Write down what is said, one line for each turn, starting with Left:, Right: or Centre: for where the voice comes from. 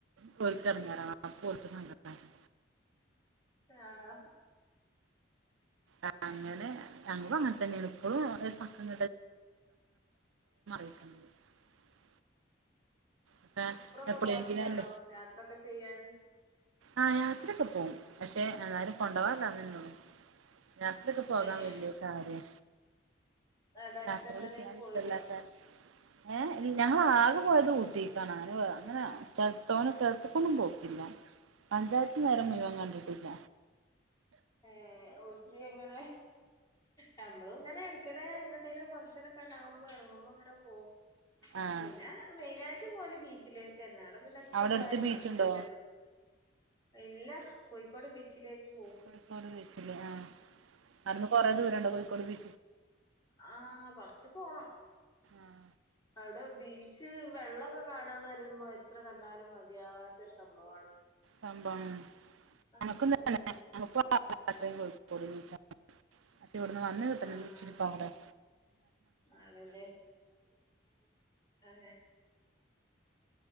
Right: കേക്കെറഞ്ഞിതരണ അപ്പൊനിക്ക് സങ്കടണ്ട്.
Left: ആണോ
Right: ആഹ് ങ്ങനെ ഞങ്ങളും അങ്ങൻ തന്നേണ് പ്പളും ഒര് പക്കം <unintelligible> <inaudible> അപ്പൊ
Left: റൊക്കെ
Right: എപ്പോഴെങ്കിലും
Left: പോവാഷ്ടാണോ
Right: അല്ലേ
Left: യാത്രൊക്കെ ചെയ്യാന്
Right: ആ യാത്രയൊക്കെ പോവും പക്ഷെ ആരും കൊണ്ടോവാല്ലാന്നന്നെള്ളു യാത്രക്കെ പോകാൻ
Left: ഏഹ്
Right: വല്ല്യ കാര്യ
Left: അവിടെ അടുത്തെങ്ങടേലും
Right: യാത്രോള് ചെയ്യാൻ ഇഷ്ടല്ലാത്ത
Left: പോയിനോ
Right: ഏ ഇ ഞാ ആകെ പോയത് ഊട്ടീക്കണങ്ങനെ അങ്ങനെ സ്ഥലത്തോന തോന സ്ഥലത്ക്കൊന്നും പോക്കില്ല പഞ്ചായത്ത് നേരം മുയ് വൻ കണ്ട്ട്ടില്ല
Left: ഏ ഊട്ടി എങ്ങനെ ഞമ്മളുങ്ങനെ എട് ക്കനെ എങ്ങട്ടേലും ഫംഗഷൻ ഒക്കെ ഉണ്ടാവുമ്പോ ഇറങ്ങുമ്പോ അങ്ങനെ പോകും
Right: ആഹ്
Left: പിന്നെ മെയിനായി ട്ട് പോയല് ബീച്ചിലേക്കന്നെ അട പിന്നെത്ര
Right: അവിടെ
Left: പോയാലും
Right: അടുത്ത് ബീച്ചുണ്ടോ
Left: മട്ക്കൂലല്ലോ എല്ല കോഴിക്കോട് ബീച്ചിലേക്ക് പോവും
Right: കോഴിക്കോട് ബീച്ച്ല് ആ അവിടുന്ന് കൊറെേ ദൂരണ്ടോ കോഴിക്കോട് ബീ
Left: ആ കൊർച്ച് പോണം
Right: ആഹ്
Left: അവിടെ ബീച്ച് വെള്ളൊക്കെ കാണാന്ന് വരുമ്പോ എത്ര കണ്ടാലും മതിയാവാത്ത ഒരു സംഭവാണ്
Right: സംഭം
Left: ആഹ്
Right: <unintelligible>
Left: ഉം
Right: പക്ഷേ ഇവിടുന്ന് വന്ന് കിട്ടണങ്കിച്ചിരിപ്പാടാണ്
Left: ആഹ് ആണല്ലേ ആ